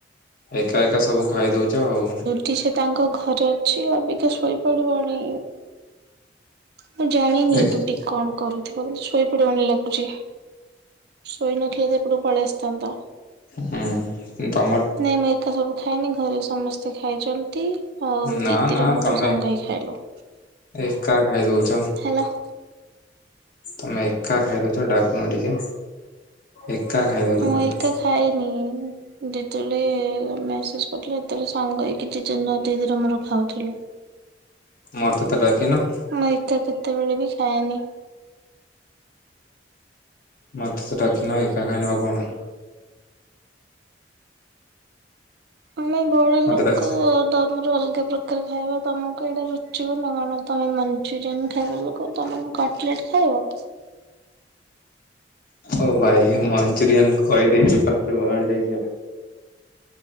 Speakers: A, on the left; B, on the right.
A: ଏକା ଏକା ସବୁ ଖାଇ ଦୋଉଚ ଆଉ।
B: କି ସେ ତାଙ୍କ ଘରେ ଅଛି। ଅବିକା ଶୋଇ ପଡିବନି। ମୁଁ ଜାଣିନି
A: ହୁଁ
B: ଡୁଡି କଣ କରୁଥିବ ବୋଲି। ଶୋଇ ପଡିବନି ଲାଗୁଚି। ଶୋଇ ନଥିଲେ ତ ଏପଟ କୁ ପଳିଆସଥାନ୍ତ।
A: ହେଁ ତମଟ
B: ନାଇ ନାଇ ଏକା ସବୁ ଖାଇନି ଘରେ ସମସ୍ତେ ଖାଇଚନ୍ତି। ହୋଉ
A: ନା
B: ଦିଦିର
A: ନା
B: ମୋର
A: ତମେ
B: ସାଙ୍ଗ ହେଇ ଖାଇଲୁ
A: ଏକା ଖାଇଦଉଛ
B: ହେଲା।
A: ତମେ ଏକା ଖାଇ ଦୋଉଚ ଡାକୁନ ଟିକେ। ଏକା ଖାଇ ଦୋଉଚ
B: ମୁଁ
A: ତମେ।
B: ଏକା ଖାଇନି। ଡେଟୋଳେ ମେସେଜ କରଥିଲ ସେତୋଳେ ସାଙ୍ଗ ହେଇକି ଦି ଦିନ ଦିଦିର ମୋର ଖାଉଥିଲୁ।
A: ମତେ ତ ଡଜିନ।
B: ମୁଁ ଏକା କେତୋବେଳେ ବି ଖାଏନି।
A: ମତେ ତ ଡାକିନ ଏକା ଖାଇ ନ ଆଉ କଣ?
B: ଆମେ ବଡ
A: ମତେ
B: ଲୋକ
A: ଡାକିଚ
B: ତମର ଅଲଗା ପ୍ରକ କାର ଖାଇବ ତମକୁ ଏଇଟା ରୁଚିବ ନା କଣ। ତମେ ମଞ୍ଚୁରିୟାନ ଖାଇବା ଲୋକ ତମେ ମୋ କାଟ ପ୍ଲେଟ୍ ଖାଇବ?
A: ଓ ଵାଇ ମଞ୍ଚୁରିଆନ କହିଦେଇଚି ପାଟିରୁ ବାହାରି ଯାଇଚି ଆଉ।